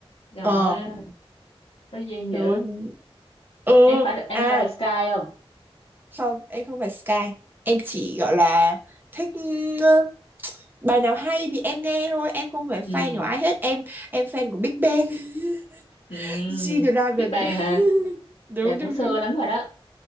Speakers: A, on the left; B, on the right.
A: trời
B: Ờ,
A: ơi có duyên
B: rồi
A: dữ
B: ừ
A: em có phải là, em
B: à
A: có phải là Sky không
B: không em không phải Sky em chỉ gọi là thích ừ, bài nào hay thì em nghe thôi em không phải
A: ừ
B: fan của ai hết em em fan của Big Bang <laughs>
A: Ừ,
B: G-Dragon
A: biết Bang
B: <laughs>
A: hả?
B: đúng
A: Dạ cũng
B: đúng
A: xưa
B: đúng
A: lắm rồi đó.